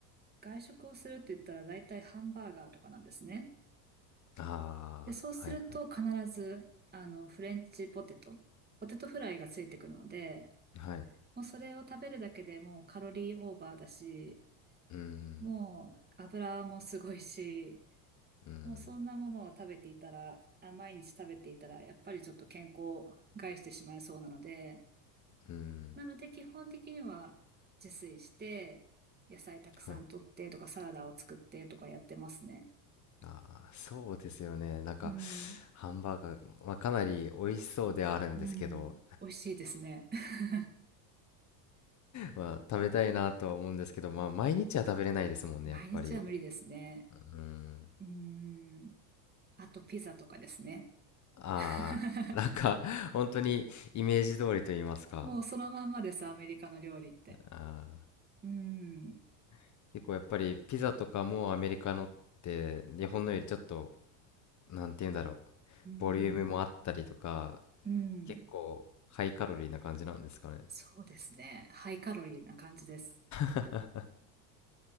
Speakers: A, on the right; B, on the left.
A: 外食をするって言ったら大体ハンバーガーとかなんですね。
B: ああ、
A: で、そうすると必ず、
B: はいはい。
A: あの、フレンチポテト、ポテトフライがついてくるので、
B: はい
A: もうそれを食べるだけでもうカロリーオーバーだし、
B: うん、
A: もう油もすごいし、
B: うん、
A: もうそんなものを食べていたら、あ、毎日食べていたら、やっぱりちょっと健康を害してしまいそうなので、
B: うん、
A: なので基本的には自炊して、野菜たくさん取ってとかサラダを作ってとかやってますね。
B: はい。あーそうですよね。なんか、
A: うん。
B: ハンバーガー、まあ、かなり美味しそうではあるんですけど、
A: うん。美味しいですね。<laughs>
B: まあ、食べたいなとは思うんですけど、まあ、毎日は食べれないですもんね、
A: 毎日は無理ですね。
B: やっぱり。うん。
A: うん。あとピザとかですね。
B: ああ、
A: <laughs>
B: なんか、<laughs> 本当にイメージ通りと言いますか。
A: もうそのまんまです、アメリカの料理って。
B: あ
A: うん。
B: ー結構やっぱり、ピザとかもアメリカのって、日本のよりちょっと、なんて言うんだろう、
A: うん。
B: ボリュームもあったりとか、
A: うん。
B: 結構、ハイカロリーな感じなんですかね。
A: そうですね。ハイカロリーな感じです。
B: <laughs>